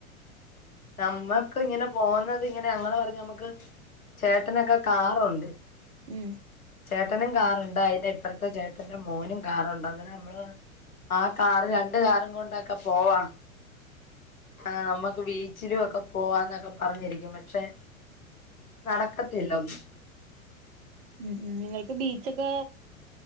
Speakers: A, on the left; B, on the right.
A: നമ്മക്ക് ഇങ്ങനെ പോകുന്നത് ഇങ്ങനെ ഞങ്ങൾ പറഞ്ഞഞ് നമ്മക്ക് ചേട്ടനൊക്കെ കാറുണ്ട്.
B: ഉം
A: ചേട്ടനും കാറുണ്ട് അതിന്റെ ഇപ്പുറത്തെ ചേട്ടന്റെ മോനും കാറുണ്ട് അങ്ങനെ നമ്മള് ആഹ് കാറ് രണ്ട് കാറും കൊണ്ടൊക്കെ പോവാ. ആഹ് നമ്മുക്ക് ബീച്ചിലും ഒക്കെ പോവാന്നൊക്കെ പറഞ്ഞിരിക്കും പക്ഷെ നടക്കത്തില്ല ഒന്നും.
B: ഉം ഉം നിങ്ങൾക്ക് ബീച്ചൊക്കെ